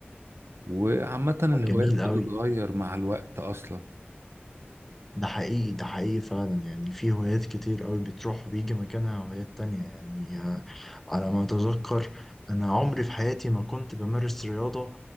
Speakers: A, on the right; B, in the centre.
A: وعامة الهوايات
B: جميل
A: بتتغير
B: قوي
A: مع الوقت أصلا
B: ده حقيقي ده حقيقي فعلا يعني في هوايات كتير قوي بتروح وبيجي مكانها هوايات تانية يعني آه، على ما أتذكر أنا عمري في حياتي ما كنت بمارس رياضة